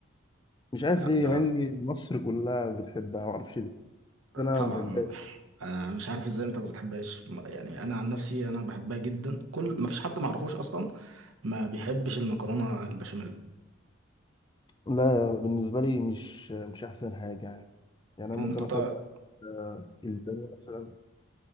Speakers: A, on the left; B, on the right.
A: مش عارف
B: لا
A: ليه
B: ده
A: مع ان مصر كلها بتحبها ما اعرفش ليه بس انا
B: طبعا
A: ما بحبهاش
B: آه، مش عارف ازاي انت ما بتحبهاش م- يعني انا عن نفسي انا بحبها جدا كل مفيش حد ما اعرفوش اصلا ما بيحبش المكرونه البشاميل
A: لا بالنسبة لي مش مش أحسن حاجة يعني يعني أنا
B: انت
A: ممكن
B: طبعا
A: أفضل آه، البانيه مثلا